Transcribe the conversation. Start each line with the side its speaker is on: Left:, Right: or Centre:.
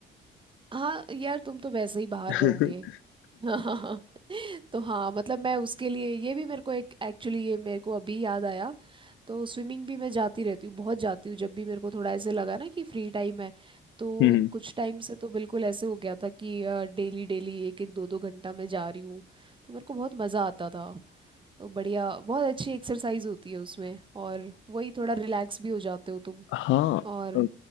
Right: हाँ यार तुम तो वैसे ही बाहर
Left: <laughs>
Right: रहोगे <laughs> तो हाँ मतलब मैं उसके लिए ये भी मेरे को एक एक्चुअली ये मेरे को अभी याद आया तो स्विमिंग भी मैं जाती रहती हूँ बहुत जाती हूँ जब भी मेरे को थोड़ा ऐसे लगा ना कि फ्री टाइम है तो
Left: हम्म
Right: कुछ टाइम से तो बिल्कुल ऐसे हो गया था कि डेली डेली एक एक दो दो घंटा मैं जा रही हूँ तो मेरे को बहुत मज़ा आता था तो बढ़िया बहुत अच्छी एक्सरसाइज होती है उसमें और वही थोड़ा रिलैक्स भी हो जाते हो तुम
Left: हाँ
Right: और
Left: अ,